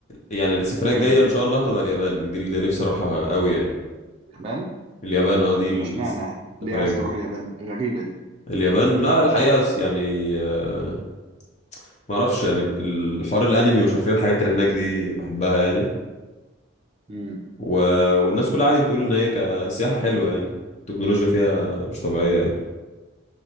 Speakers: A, on the left (about 35°); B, on the right (about 30°).
A: يعني السفريه
B: امم
A: الجايه ان شاء الله هتبقى اليابان دي اللي نفسي اروحها قوي يعني
B: اليابان
A: اليابان اه دي الس-
B: ده اشمعنى يعني؟ ليه
A: السفريه
B: عايز
A: الج-
B: تروح اليابان غريبة دي
A: اليابان لا الحقيقه س- يعني آه، ما اعرفش يعني الحوار الانمي ومش عارف ايه الحاجات اللي هناك دي بحبها يعني
B: امم
A: و... والناس كلها عادي بتقول ان هي كسياحه حلوه يعني التكنولوجيا فيها مش طبيعيه يعني